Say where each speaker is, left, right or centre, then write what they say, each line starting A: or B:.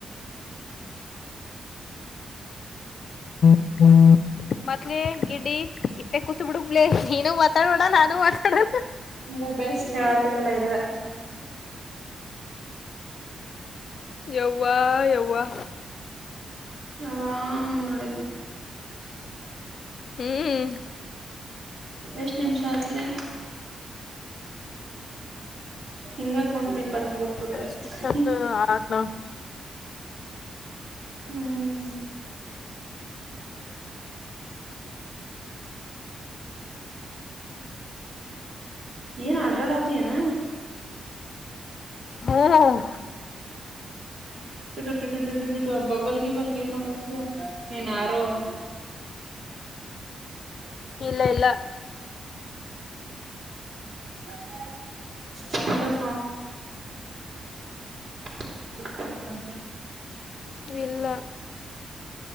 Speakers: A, on the left; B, on the right.
A: <inaudible> ಮತ್ಲ ಗಿಡ್ಡಿ ಇಟ್ಟೇ ಕೂತ್ ಬಿಡುಮ್ಲೆ ನೀನು ಮಾತಾಡ್ಬೇಡ ನಾನು ಮಾತಾಡಲ್ಲ
B: ಮದ ಬೆಸ್ಟ್ ಹೇಳತನ್ಲ್ಲ ಇದು
A: ಯೌವಾ ಯೌವಾ
B: ಆರಾಮ್ ನೋಡಿದ
A: ಹ್ಮ್
B: ಎಷ್ಟ್ ನಿಮಿಷತ್ ಲೆ ಹಿಂಗ ಕುಂತ ಇಪ್ಪತ್ ಮುಗಿಸ್ಬಿಡ್ದ
A: ಎಸ್ಟ್ ನಿಮ್ಸ
B: ಇವತ್
A: ಆಯ್ತು ನೋಡ್ <inaudible>
B: ಹ್ಮ್ ಏನ್ ಆಟಾ ಆಡಾತಿಯೆನ
A: ಹ್ಮ್
B: ಟಟ ಟ ಟಟ ಟಟ ಬಬಲ್ಗೆ ಬಲ್ಗೆ ಏ ಮಾಡತ ಏನ್ ಯಾರೋ <inaudible>
A: ಇಲ್ಲ ಇಲ್ಲ
B: <inaudible> <inaudible>
A: ಇಲ್ಲ